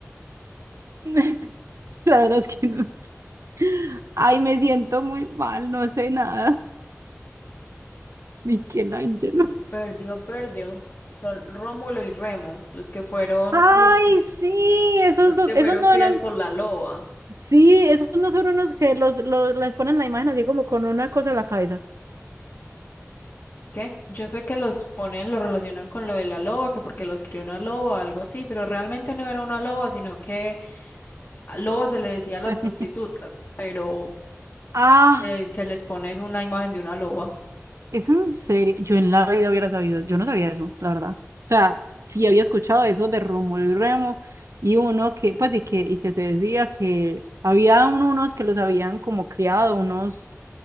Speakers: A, on the right; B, on the left.
A: <laughs> La verdad es que no. sé. Ay, me siento muy mal, no sé nada. <laughs> Miguel Ángelo.
B: Perdió, perdió. Son Rómulo y Remo, los que fueron
A: Ay,
B: criados,
A: sí, esos
B: los
A: dos,
B: que
A: esos
B: fueron
A: no
B: criados
A: eran
B: por la loba.
A: Sí, esos no son unos que los, los les ponen la imagen así como con una cosa en la cabeza.
B: ¿Qué? Yo sé que los ponen, los relacionan con lo de la loba, que porque los crió una loba, algo así, pero realmente no era una loba, sino que a loba se le decía a las
A: <laughs>
B: prostitutas, pero
A: Ah,
B: eh, se les pones una imagen de una loba.
A: es en serio. Yo en la vida hubiera sabido. Yo no sabía eso, la verdad. O sea, sí había escuchado eso de Rómulo y Remo y uno que, pues, y que, y que se decía que había un- unos que los habían como criado, unos,